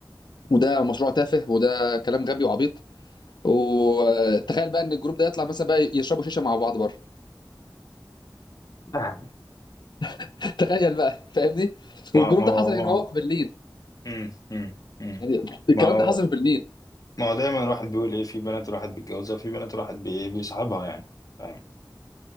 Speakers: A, on the left; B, on the left.
A: وده مشروع تافه وده كلام غبي وعبيط وتخيل بقى ان الجروب ده يطلع مثلا بقى يشربوا شيشه مع بعض بره
B: <clears throat>
A: <laughs> تخيل بقى فاهمني
B: ما
A: والجروب
B: ما
A: ده
B: هو
A: حصل
B: ما
A: هنا هو
B: هو
A: في برلين
B: مم. مم. مم.
A: يعني الكلام
B: ما هو
A: ده حصل في برلين
B: ما هو دايما الواحد بيقول ايه في بنات الواحد بيتجوزها في بنات الواحد بي- بيصاحبها يعني فاهم